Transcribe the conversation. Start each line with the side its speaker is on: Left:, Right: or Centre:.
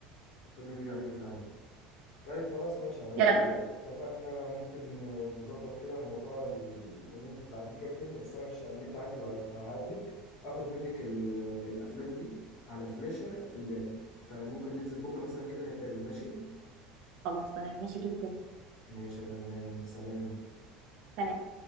Left: كل اللي بيجي عليكي فعلا طيب خلاص ماشي انا
Right: يلا
Left: اتفقنا ممكن نظبط كده موضوع ال- ان انت تبعتي لي كام فيلم بس انا مش النت عندي ضعيف فهقابلك اخد منك ال- الافلام دي على فلاشة في اللاب فممكن ننزل بكرة مثلا كده نتقابل ماشي
Right: خلاص تمام ماشي جدا
Left: ماشي يا فنانة سلام
Right: سلام